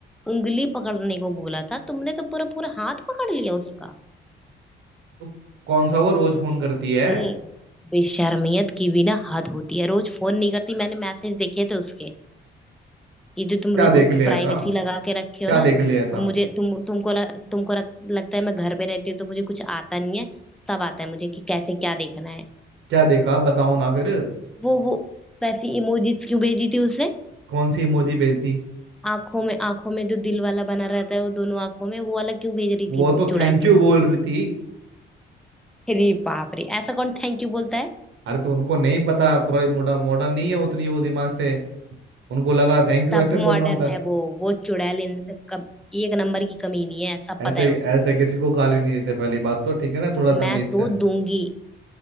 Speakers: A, in the centre; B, on the right (about 70°).
A: उंगली पकड़ने को बोला था तुमने तो पूरा पूरा हाथ पकड़ लिया उसका
B: तो कौन सा वो रोज फोन करती है
A: ये बेशर्मियत की भी ना हद होती है रोज फोन नहीं करती मैंने मैसेज देखे थे उसके ये जो तुम
B: क्या देख लिया
A: प्राइवेसी
B: ऐसा
A: लगा के रखे हो
B: क्या
A: ना
B: देख लिया ऐसा
A: वो मुझे तुम तुमको ल, तुमको रख, लगता है मैं घर पे रहती हूँ तो मुझे कुछ आता नहीं है सब आता है मुझे कि कैसे क्या देखना है
B: क्या देखा आप बताओ ना फिर
A: वो वो वैसी इमोजीज क्यों भेजी थी उसने
B: कौन सी इमोजी भेजती
A: आंखों में आंखों में जो दिल वाला बना रहता है वो दोनों आंखों में वो वाला क्यों भेज रही
B: वो
A: थी वो
B: तो
A: चुड़ैल
B: थैंक यू
A: तुमको
B: बोल रही थी
A: अरे बाप रे ऐसा कौन थैंक यू बोलता है
B: अरे तो उनको नहीं पता पूरा मॉडर्न मॉडर्न नहीं है उतनी वो दिमाग से उनको लगा थैंक यू
A: सब
B: ऐसे
A: मॉडर्न
B: बोलना होता
A: है
B: है
A: वो वो चुड़ैल इन, कब, एक नंबर की कमी नहीं है सब
B: ऐसे
A: पता है उसको
B: ऐसे किसी को गाली नहीं देते पहली बात तो ठीक है ना थोड़ा तमीज
A: मैं
B: से
A: तो दूंगी